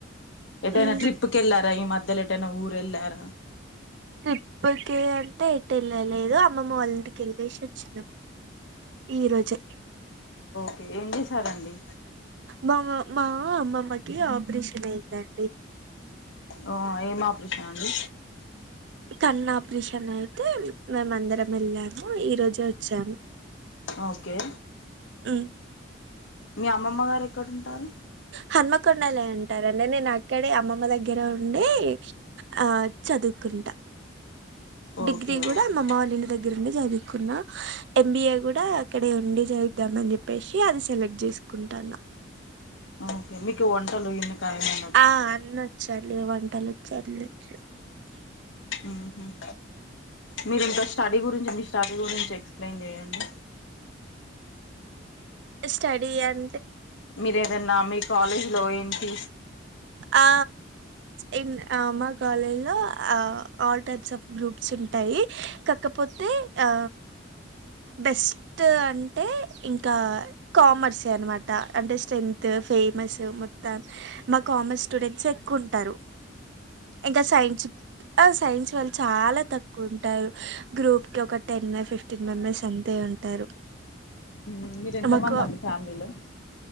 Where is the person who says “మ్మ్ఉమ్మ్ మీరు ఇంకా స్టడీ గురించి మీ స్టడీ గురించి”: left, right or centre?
Left